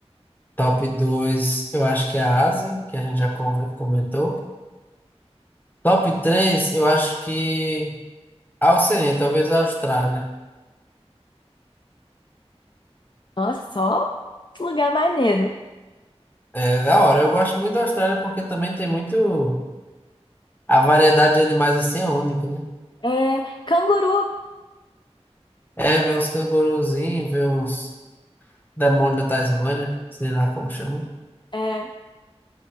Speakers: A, on the left; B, on the left.
A: Top 2, eu acho que é a Ásia, que a gente já conve- comentou. Top 3, eu acho que a Oceania, talvez a Austrália.
B: Nossa, só lugar maneiro.
A: É da hora, eu gosto muito da Austrália porque também tem muito. A variedade de animais assim é única, né?
B: É, canguru.
A: É, ver uns canguruzinhos, ver uns demônios da Tasmânia, sei lá como chama.
B: É,